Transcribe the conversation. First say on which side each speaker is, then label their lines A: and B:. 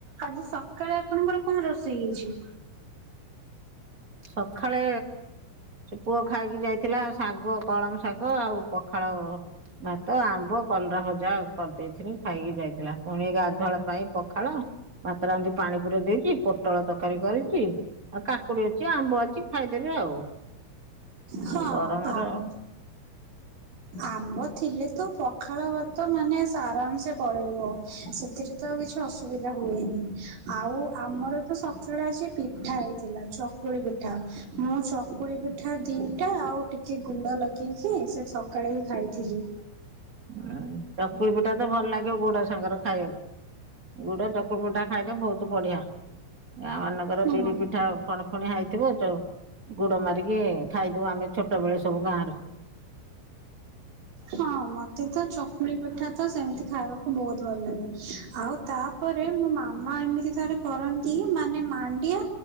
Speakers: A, on the right (about 65°); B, on the right (about 45°).
A: ଆଜି ସକାଳେ ଆପଣଙ୍କର କଣ ରୋଷେଇ ହେଇଛି?
B: ସଖାଳେ ସେ ପୁଅ ଖାଇକି ଯାଇଥିଲା ଶାଗ କଳମ ଶାଗ ଆଉ ପଖାଳ ଭାତ ଆମ୍ବ କଲରା ଭଜା ଆଉ। କରିଦେଇଥିଲି ଖାଇକି ଯାଇଥିଲା ପୁଣି ଗାଧୁଆବେଳ ପାଇଁ ପଖାଳ ଭାତ ରାନ୍ଧିକି ପାଣି ପୁରେଇ ଦେଇଛି ପୋଟଳ ତରକାରୀ କରିଛି ଆଉ କାକୁଡ଼ି ଅ ଅଛି ଆମ୍ବ ଅଛି ଖାଇଦେବେ ଆଉ।
A: ହଁ
B: ଆଉ ଗରମର
A: ଆମ୍ ଆମ୍ବ ଥିଲେ ତ ପଖାଳ ଭାତ ମାନେ ଆରାମ୍ ସେ ପଳେଇବ ସେଥିରେ ତ ଆଉ କିଛି ଅସୁବିଧା ହୁଏନି। ଆଉ ଆମର ତ ସକାଳେ ଆଜି ପିଠା ହେଇଥିଲା ଚକୁଳି ପିଠା ମୁଁ ଚକୁଳି ପିଠା ଦିଟା ଆଉ ଟିକେ ଗୁଡ଼ ଲଗେଇକି ସେ ସକାଳେ ହିଁ ଖାଇଥିଲି।
B: ଉଁ ଚକୁଳି ପିଠା ତ ଭଲ ଲାଗିବ ଗୁଡ଼ ସାଙ୍ଗର ଖାଇବାକୁ ଗୁଡ଼ ଚକୁଳି ପିଠା ଖାଇଲେ ବହୁତ ବଢ଼ିଆ ଗାଁ ମାନଙ୍କର
A: ହଁ
B: ବିରି ପିଠା ଫଣଫଣିଆ ହେଇଥିବ ଯଉ ଗୁଡ ମାରିକି ଖାଇଦଉ ଆମେ ଛୋଟବେେଳେ ସବୁ ଗାଁରେ
A: ହଁ ମତେ ତ ଚକୁଳି ପିଠା ତ ସେମିତି ଖାଇବାକୁ ବହୁତ ଭଲ ଲାଗେ ଆଉ ତାପରେ ମୋ ମା ମାମା ଏମିତି ଥରେ କରନ୍ତି ମାନେ ମାଣ୍ଡିଆ